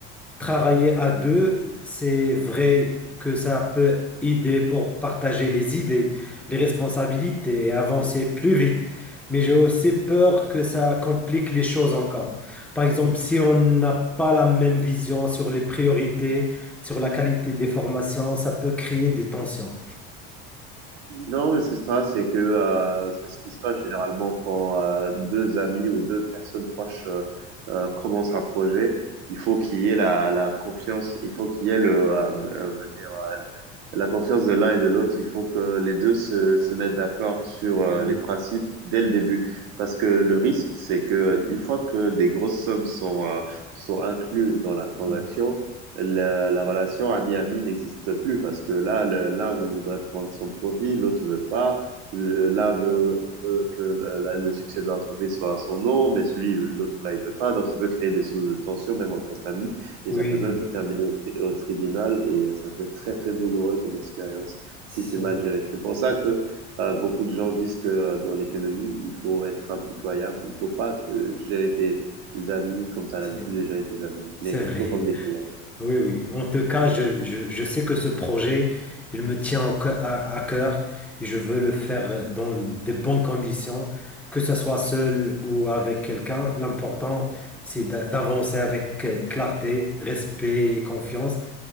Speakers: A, in the centre; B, on the right.
A: Travailler à deux, c'est vrai que ça peut aider pour partager les idées, les responsabilités et avancer plus vite. Mais j'ai aussi peur que ça complique les choses encore. Par exemple, si on n'a pas la même vision sur les priorités, sur la qualité des formations, ça peut créer des tensions.
B: Non, mais c'est ça, c'est que euh, c'est ce qui se passe généralement quand euh, deux amis ou deux personnes proches euh, euh, commencent un projet. Il faut qu'il y ait la, la confiance, il faut qu'il y ait le, euh, euh, on va dire, euh, la confiance de l'un et de l'autre. Il faut que les deux se, se mettent d'accord sur euh,
A: Mm,
B: les principes dès le début. Parce que le risque, c'est que une fois que des grosses sommes sont, euh, sont incluses dans la transaction,
A: mm.
B: la, la relation ami-ami n'existe plus parce que là, le- l'un veut- voudrait prendre son profit, l'autre veut pas. Le- L'un veut, veut que le, la- le succès de l'entreprise soit à son nom, mais celui, l'autre là, il veut pas. Donc, ça peut créer des sources de tension, même entre familles, et
A: Oui,
B: ça peut
A: oui,
B: même terminer au, tri- au tribunal, et euh, ça peut être très, très douloureux comme expérience si
A: c'est
B: c'est mal géré. C'est pour ça que euh, beaucoup de gens disent que euh, dans l'économie, il faut être impitoyable, il faut pas euh, gérer tes amis comme tu as
A: c'est-
B: l'habitude de gérer tes amis,
A: c'est
B: mais
A: vrai.
B: plutôt comme des clients.
A: Oui, oui. En tout cas, je, je, je sais que ce projet, il me tient au cœur- à, à cœur et je veux le faire dans de bonnes conditions, que ce soit seul ou avec quelqu'un. L'important, c'est d'a- d'avancer avec euh, clarté, respect et confiance.